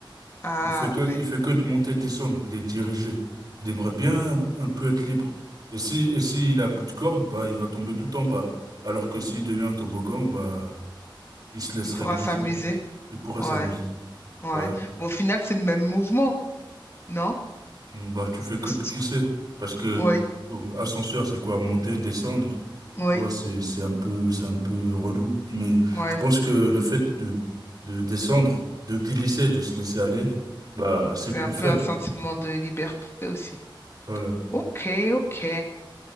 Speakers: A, on the left; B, on the right.
A: Ah
B: Il fait que,
A: ouais.
B: il fait que de monter et de descendre. Il est dirigé. Il aimerait bien un, un peu être libre. Et si, et s'il a plus de cordes, bah, il va tomber tout en bas. Alors que s'il devient un toboggan, bah, il se laisserait
A: Il pourra
B: glisser.
A: s'amuser.
B: Il pourrait
A: Ouais.
B: s'amuser.
A: Ouais.
B: Ouais.
A: Mais au final, c'est le même mouvement, non?
B: Hum, Bah, tu fais que
A: Parce
B: de
A: que...
B: glisser. Parce que
A: Oui,
B: euh, ascenseur, c'est quoi? Monter, descendre.
A: oui,
B: Tu vois, c'est, c'est un peu, c'est un peu relou. Mais
A: oui.
B: je pense que le fait de, de descendre, de glisser, de se laisser aller, bah, c'est
A: C'est
B: plus
A: un peu
B: fun.
A: un sentiment de liberté aussi.
B: Voilà.
A: Ok, ok.